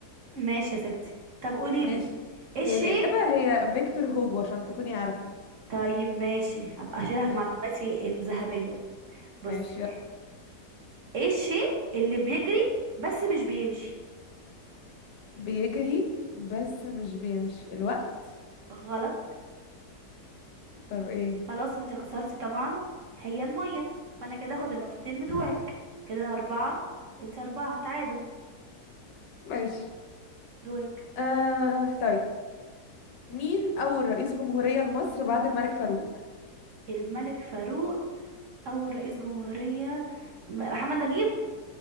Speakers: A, on the right; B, on the left.
A: ماشي يا ستي طب قولي
B: ماشي
A: لي ايه الشيء
B: هي الإجابة هي فيكتور هوجو عشان تكوني عارفة
A: طيب ماشي هبقى اشيلها في
B: ماشي
A: معلوماتي الذهبيه بصي
B: ماشي يلا.
A: ايه الشيء اللي بيجري بس مش بيمشي
B: بيجري بس مش بيمشي الوقت
A: غلط
B: طب ايه
A: خلاص انت خسرتي طبعا هي المية فانا كده هاخد النقطتين بتوعك
B: <laughs>
A: كده انا اربعة وانت اربعة تعادل
B: ماشي
A: دورك
B: آه طيب مين أول رئيس جمهورية لمصر بعد الملك فاروق
A: الملك فاروق اول رئيس جمهورية م- محمد نجيب